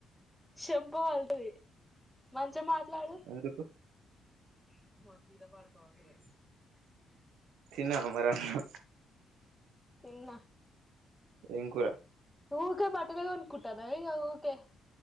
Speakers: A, in the centre; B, on the right.
A: షంప పగుల్తది మంచిగ మాట్లాడు
B: ఎందుకు
A: <unintelligible>
B: తిన్నార మరి అన్నం
A: తిన్నా
B: ఎంకుర
A: ఊకే మాటనేగ ఉంద కుటా నవ ఈ ఊకే